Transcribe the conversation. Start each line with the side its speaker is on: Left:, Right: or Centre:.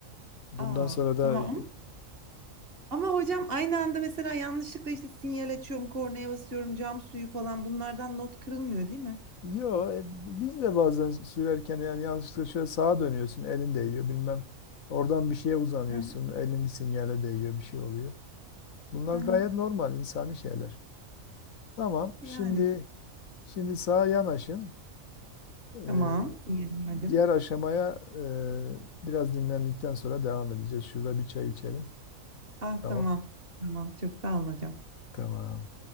Left: Bundan
Right: Aa,
Left: sonra da
Right: tamam
Left: <laughs>
Right: ama, ama hocam aynı anda mesela yanlışlıkla işte sinyal açıyorum, kornaya basıyorum, cam suyu falan bunlardan not kırılmıyor değil mi?
Left: Yo, e, biz de bazen sürerken yani yanlışlıkla şöyle sağa dönüyorsun, elin değiyor bilmem. Oradan bir şeye uzanıyorsun,
Right: Hı
Left: elin bir sinyale değiyor, bir şey oluyor. Bunlar
Right: hı. hı.
Left: gayet normal insani şeyler. Tamam,
Right: Yani
Left: şimdi şimdi sağa yanaşın. Ee,
Right: tamam sinyal verdim.
Left: diğer aşamaya e, biraz dinlendikten sonra devam edeceğiz. Şurada bir çay içelim.
Right: Ah
Left: Tamam.
Right: tamam. Tamam çok sağ olun hocam.
Left: Tamam.